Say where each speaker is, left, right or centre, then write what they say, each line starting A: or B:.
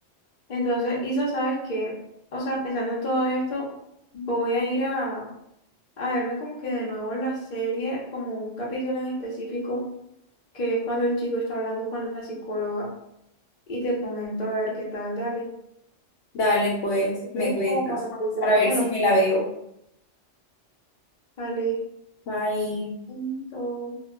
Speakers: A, on the left (about 45°); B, on the left (about 80°).
A: Entonces, Isa, ¿sabes que, O sea, pensando en todo esto, voy a ir a, a verme como que de nuevo la serie, como un capítulo en específico que es cuando el chico está hablando con la psicóloga y te comento a ver qué tal, dale.
B: Dale, pues,
A: Entonces,
B: me cuentas,
A: Como para analizarlo
B: para ver
A: con
B: si
A: lo que...
B: me la veo.
A: Dale,
B: Bye.
A: punto.